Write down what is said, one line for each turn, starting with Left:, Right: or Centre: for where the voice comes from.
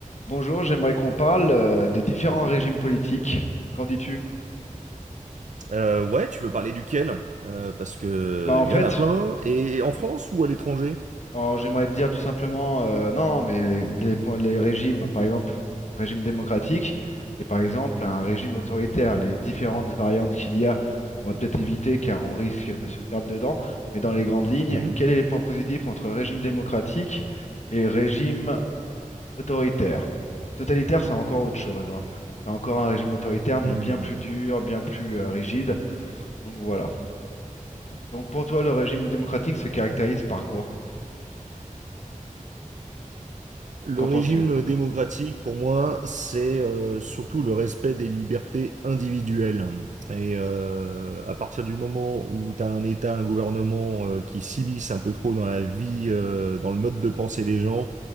Left: Bonjour, j'aimerais qu'on parle euh, des différents régimes politiques. Qu'en dis-tu?
Right: Euh, ouais, tu veux parler duquel? Euh, parce que
Left: Bah en
Right: il
Left: fait,
Right: y en a plein. Et en France ou à l'étranger?
Left: alors, j'aimerais te dire tout simplement, euh, non, mais les, les points- les régimes, par exemple, régime démocratique et par exemple un régime autoritaire, les différentes variantes qu'il y a, on va peut-être éviter car on risque de se perdre dedans, mais dans les grandes lignes,
Right: Mhm.
Left: quels sont les points positifs entre régime démocratique et régime autoritaire? Totalitaire, c'est encore autre chose, hein. C'est encore un régime autoritaire, mais
Right: Hmm.
Left: bien plus dur, bien plus euh, rigide. Donc voilà. Donc pour toi, le régime démocratique se caractérise par quoi?
Right: Le
Left: Qu'en
Right: régime
Left: penses-tu?
Right: démocratique, pour moi, c'est euh, surtout le respect des libertés individuelles. Et euh, à partir du moment où tu as un État, un gouvernement euh, qui s'immisce un peu trop dans la vie, euh, dans le mode de pensée des gens,